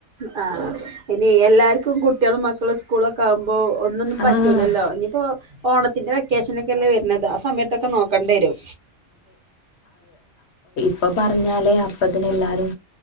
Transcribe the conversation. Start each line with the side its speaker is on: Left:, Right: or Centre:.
Right: ആ ഇനി എല്ലാര് ക്കും കുട്ടികളും മക്കളും സ്കൂളൊക്കെ ആകുമ്പോൾ ഒന്നൊന്നും പറ്റില്ലല്ലോ
Left: ആ
Right: ഇനിയിപ്പോൾ ഓണത്തിന്റെ വെക്കേഷനോക്കെല്ലേ വരുന്നത് ആ സമയത്തൊക്കെ നോക്കേണ്ടി വരും
Left: പ്പൊ പറഞ്ഞാലേ അപ്പത്തിന് എല്ലാരും